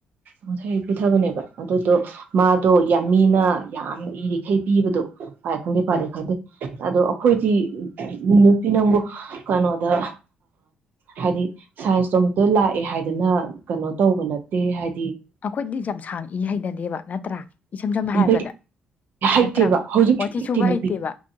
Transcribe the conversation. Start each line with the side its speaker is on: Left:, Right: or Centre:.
Right: ꯄꯨꯊꯩ ꯄꯨꯊꯕꯅꯦꯕ ꯑꯗꯨꯗꯣ ꯃꯥꯗꯣ ꯌꯥꯝ ꯃꯤꯅ ꯌꯥꯝ ꯏꯔꯤꯈꯩ ꯄꯤꯕꯗꯣ ꯄꯥꯏ ꯈꯪꯗꯦ ꯄꯗꯦ
Left: ꯑ
Right: ꯈꯪꯗꯦ ꯑꯗꯣ ꯑꯩꯈꯣꯏꯗꯤ ꯅꯨꯄꯤ ꯅꯪꯕꯨ ꯀꯩꯅꯣꯗ ꯍꯥꯏꯗꯤ ꯁꯥꯏꯟꯁꯇꯣꯝꯇ ꯂꯥꯛꯑꯦ ꯍꯥꯏꯗꯅ ꯀꯩꯅꯣ ꯇꯧꯕ ꯅ ꯍꯥꯏ
Left: ꯑꯩꯈꯣꯏꯗꯤ ꯌꯥꯝꯁꯥꯡ ꯏ ꯍꯩꯅꯗꯦꯕ ꯅꯠꯇ꯭ꯔꯥ ꯏꯁꯝ ꯁꯝꯅ ꯍꯥꯏꯔꯕꯗ
Right: ꯏꯕꯩ ꯍꯩꯇꯦꯕ
Left: ꯅꯠꯇ꯭ꯔꯥ
Right: ꯍꯧꯖꯤꯛꯁꯨ
Left: ꯋꯥꯊꯤ
Right: ꯍꯩꯇꯦ
Left: ꯁꯨꯕ
Right: ꯅꯨꯄꯤ
Left: ꯍꯩꯇꯦꯕ